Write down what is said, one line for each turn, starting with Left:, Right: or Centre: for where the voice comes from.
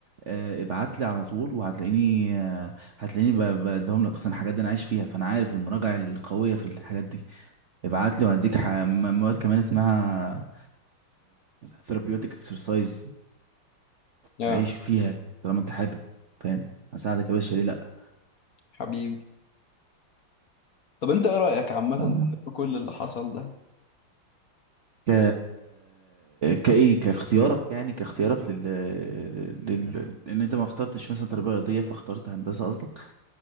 Right: آه، ابعت لي على طول وهتلاقيني آه، هتلاقيني ب- بديهم لك اصلا الحاجات دي انا عايش فيها فانا عارف المراجع القويه في الحاجات دي ابعت لي وهديك ح- م- مواد كمان اسمها ثيرابيوتيك اكسرسايز
Left: يا
Right: تعيش فيها طالما انت حابب فاهم هساعدك يا باشا ليه
Left: حبيبي طب أنت إيه رأيك عامة
Right: لا
Left: في كل اللي حصل ده
Right: ك كايه كاختيارك يعني كاختيارك لل... لل... لان انت ما اخترتش مثلا تربيه رياضيه فاخترت هندسه قصدك